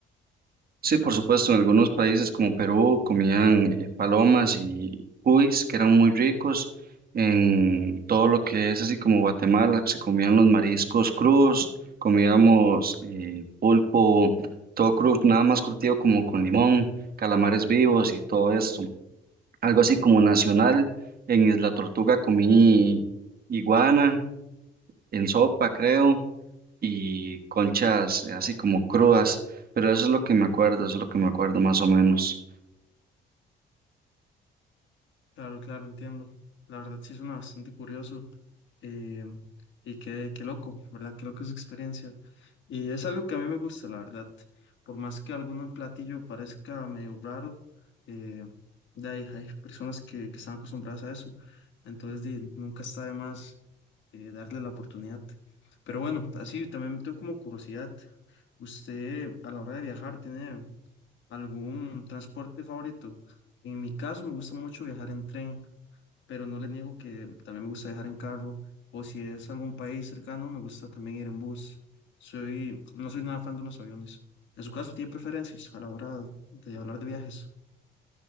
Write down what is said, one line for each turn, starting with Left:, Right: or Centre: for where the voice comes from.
Right: Sí, por supuesto, en algunos países como Perú comían eh, palomas y cuis, que eran muy ricos. En todo lo que es así como Guatemala, se comían los mariscos crudos, comíamos eh, pulpo, todo crudo, nada más curtido como con limón, calamares vivos y todo esto. Algo así como nacional, en Isla Tortuga comí iguana en sopa, creo y conchas eh, así como crudas, pero eso es lo que me acuerdo, eso es lo que me acuerdo más o menos.
Left: Claro, claro, entiendo. La verdad sí suena bastante curioso eh, y qué, qué loco, ¿verdad? Qué loco es experiencia. Y es algo que a mí me gusta, la verdad. Por más que algún platillo parezca medio raro, eh, de ahí hay personas que, que están acostumbradas a eso. Entonces di, nunca está de más eh, darle la oportunidad. Pero bueno, así también me tengo como curiosidad. ¿Usted a la hora de viajar tiene algún transporte favorito? En mi caso me gusta mucho viajar en tren pero no le niego que también me gusta viajar en carro, o si es algún país cercano, me gusta también ir en bus. Soy, no soy nada fan de los aviones. En su caso, ¿tiene preferencias a la hora de hablar de viajes?